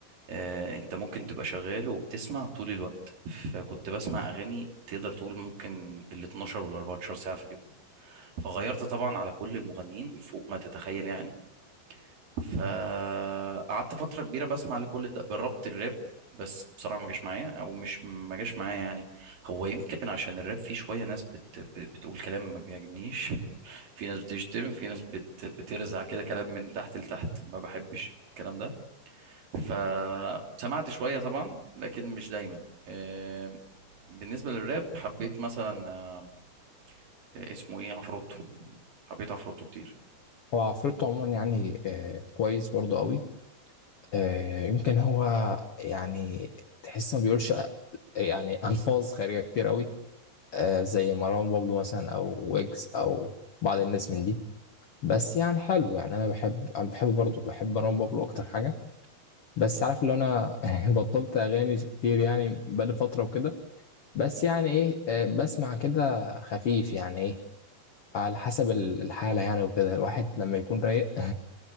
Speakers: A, on the right; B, on the left.
A: آه، انت ممكن تبقى شغال وبتسمع طول الوقت فكنت بسمع اغاني تقدر تقول ممكن ال 12 وال 14 ساعه في اليوم فغيرت طبعا على كل المغنيين فوق ما تتخيل يعني فقعدت فترة كبيرة بسمع لكل ده جربت الراب بس بصراحة ما جاش معايا او مش ما جاش معايا يعني هو يمكن عشان الراب فيه شوية ناس بت... بتقول كلام ما بيعجبنيش في ناس بتشتم في ناس بت... بترزع كده كلام من تحت لتحت ما بحبش الكلام ده فسمعت شوية طبعا لكن مش دايما آه، بالنسبة للراب حبيت مثلا آه، اسمه ايه عفروتو حبيت عفروتو كتير
B: هو عفروتو عموما يعني آه، كويس برضه قوي آه، يمكن هو يعني تحس ما بيقولش يعني <laughs> ألفاظ خارجة كتير قوي آه، زي مروان بابلو مثلا أو ويجز أو بعض الناس من دي بس يعني حلو يعني أنا بحب أنا بحب برضه بحب مروان بابلو أكتر حاجة بس عارف اللي أنا <laughs> بطلت أغاني كتير يعني بقالي فترة وكده بس يعني إيه آه، بسمع كده خفيف يعني إيه على حسب الحالة يعني وكده الواحد لما يكون رايق